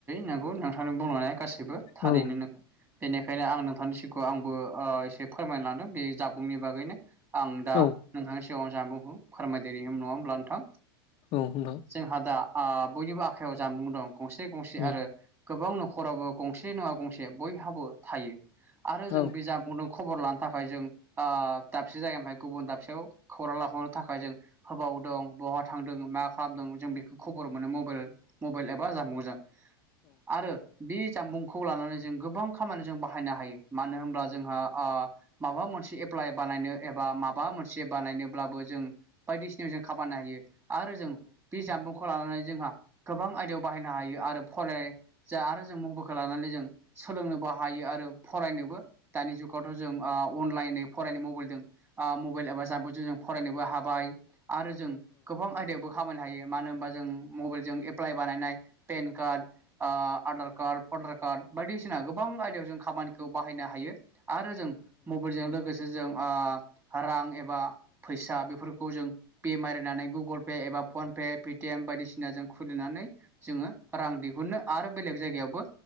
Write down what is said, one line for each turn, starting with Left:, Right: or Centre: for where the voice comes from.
Right: नोंगौ नोंथांनि बुंलांनाया गासिबो थारैनो
Left: औ
Right: नोंगौ बेनिखायनो आं नोंथांनि सिगाङाव आंबो एसे फोरमायना लाांदों बे जाबुंनि बागैनो आं दा
Left: औ
Right: नोंथांनि सिगाङाव जानबुंखौ फोरमायदिनि नङा होमब्ला नोंथां
Left: औ नोंथां
Right: जोंहा दा बयनिबो आखाइायाव जामबुं दं गंसे गंसे
Left: उम
Right: आरो गोबां न'खराबो गंसे नङा गंसे बयहाबो थायो आरो जों
Left: औ
Right: बे जा बुंदों खबर लानो थाखाय जों ओ दाबसे जायगानिफ्राय गुबुन दाबसेयाव खौरां लाहरनो थाखाय जों होबाव- दं बहा थांदोंमोन मा खालामदों जों बेखौ खबर मोनो मबेल मबेल एबा जामबुंजों आरो बि जामबुंखौ लानानै जों गोबां खामानियाव जों बाहायनो हायो मानो होनब्ला जोंहा आ माबा मोनसे एप्लाइ बानायनो एबा माबा मोनसे बानायनोब्लाबो जों बायदिसिनायाव जों खामायनो हायो आरो जों बे जामबुंखौ लानानै जोंहा गोबां आयदायाव बाहायनो हायो आरो फराय जा आरो जों मबाइलखौ लानानै जों सोलोंनोबो हायो आरो फरायनो बो दानि जुगावथ' जों ओ अनलाइनयै फरायनाय मबाइलदों ओ मबाइल एबा जाम्बुंजों जों फरायनोबो हाबाय आरो जों गोबां आयदायावबो खामायनो हायो मानो होनबा जों मबाइलजों एप्लाइ बानायनाय पेन कार्ड ओ आधार कार्ड भटार कार्ड बायदिसिना गो बां आयदायाव जों खामानिखौ बाहायनो हायो आरो जों मबाइलजों लोगोसे जों ओ रां एबा फैसा बेफोरखौ जों पे मारिनानै गुगोल पे एबा फनपे पेटिएम बायदिसिनाजों खुलिनानै जोङो रां दिहुननो आरो बेलेग जायगायावबो